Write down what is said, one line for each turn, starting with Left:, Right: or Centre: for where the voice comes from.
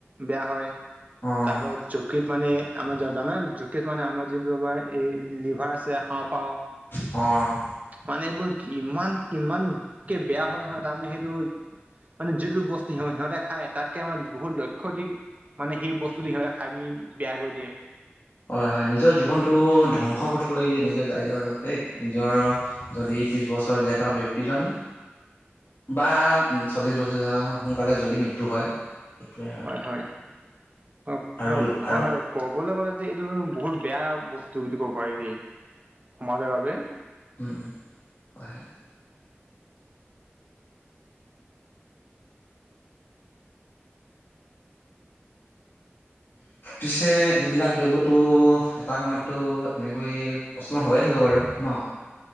Right: বেয়া হয়,
Left: অঁ
Right: তাৰপা যকৃত মানে আমাৰ জানাই যকৃত মানে আমাৰ যোনটো আমাৰ এই লিভাৰ আছে। হাওঁফাওঁ
Left: অ',।
Right: মানে এইবোৰ কিমান কিমানকে বেয়া হয় নহয়। তাৰমানে সেইটো মানে যিটো বস্তু সিহ সিহঁতে খায়, তাতকে আমাৰ বহুত লক্ষ্য দি মানে সেই বস্তুটো সিহঁতে খাই পিনি বেয়া কৰি দিয়ে।
Left: হয়', হয়', নিজৰ জীৱনটো ধ্বংস পথলৈ এনেকে যায়গৈ আৰুা দেই। নিজৰ যদি ত্ৰিশ বছৰ জীয়াই থকা ব্যক্তিজন বা চল্লিছ বছৰ জীয়াই থকা সোনকালে যদি মৃত্যু হয়। সেইটোৱে
Right: হয়', হয়',
Left: আৰু
Right: হয়',
Left: আৰু আৰু
Right: হয়',। ক'বলৈ গ'লে যে এইটো বহুত বেয়া বস্তু বুলি ক'ব পাৰি দেই, সমাজৰ বাবে।
Left: উম', উম', হয়', হয়',। পিছে এইবিলাক দ্ৰব্যটো এটা সময়ততো এনেকৈ প্ৰচলন হৈয়ে থাকিব বাৰু ন'।